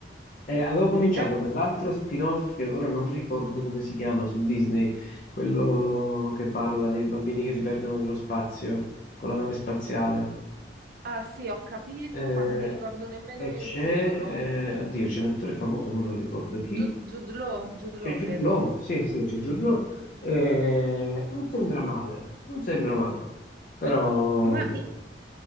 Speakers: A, on the left (about 45°); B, on the right (about 55°).
A: Eh, avevo cominciato
B: Eh,
A: quell'altro spin-off che ora non ricordo come si chiama su Disney, quello che parla dei bambini che si perdono nello spazio con la nave spaziale.
B: ah sì, ho capito,
A: Eh,
B: ma non mi ricordo nemmeno
A: e
B: io
A: c'è,
B: il titolo.
A: eh, oddio, c'è un attore famoso, ma non ricordo chi.
B: Jude, Jude Law, Jude
A: C'è
B: Law,
A: Jude
B: credo.
A: Law, sì, sì, c'è Jude Law. Eh, non sembra male, non sembra male, però
B: Ma
A: boh.
B: i-